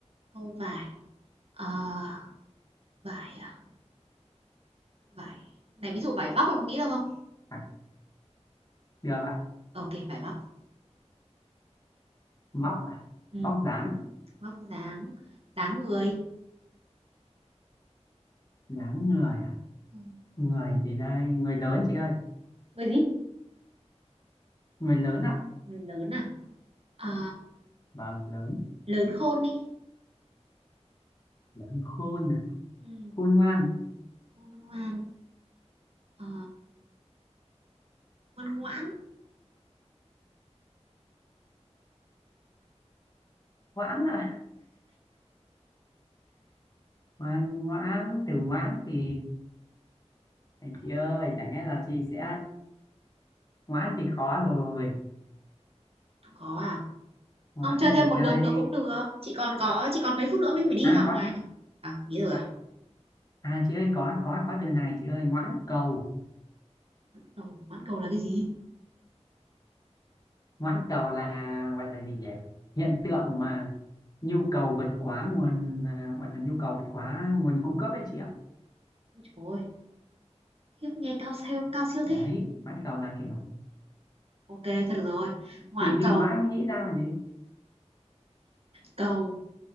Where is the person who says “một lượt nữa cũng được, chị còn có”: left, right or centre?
Right